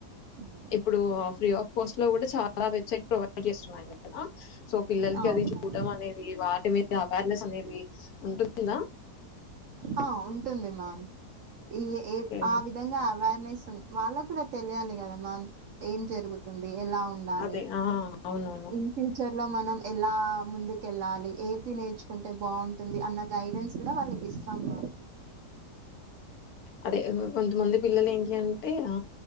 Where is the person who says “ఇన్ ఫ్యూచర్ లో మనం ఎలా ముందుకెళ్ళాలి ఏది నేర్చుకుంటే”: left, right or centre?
Right